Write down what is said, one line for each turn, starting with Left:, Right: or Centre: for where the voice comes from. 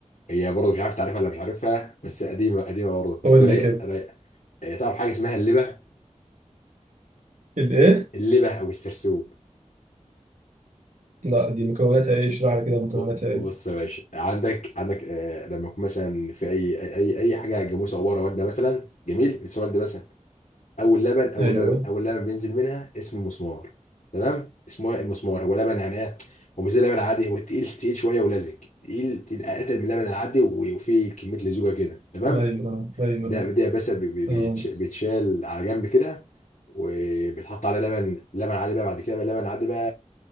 Left: هي برضه مش عارف تعرفها ولا مش عارفها بس قديمه قديمه برضه بس
Right: قول
Left: رايقه
Right: لي كده
Left: رايقه هي تعرف حاجه اسمها اللبه
Right: الإيه؟
Left: اللبه او السرسوب
Right: لا دي مكوناتها إيه؟ اشرح لي كده مكوناتها
Left: ب-
Right: إيه؟
Left: بص يا باشا عندك عندك آه لما يكون مثلا في اي اي اي أي حاجه جاموسه عباره والده مثلا جميل لسه والده مثلا اول لبن اول
Right: أيوه
Left: لبن اول لبن بينزل منها اسمه المسمار تمام اسمه إيه؟ المسمار هو لبن يعني ايه هو مش زي اللبن العادي هو تقيل تقيل شويه ولزج تقيل تقيل اتقل من اللبن العادي و- وفيه كميه لزوجه كده تمام
Right: أيوه أيوه
Left: ده ده بس بي- بي-
Right: تمام
Left: بيتش- بيتشال على جنب كده وبيتحط على لبن لبن عادي بقى بعد كده بقى لبن عادي بقى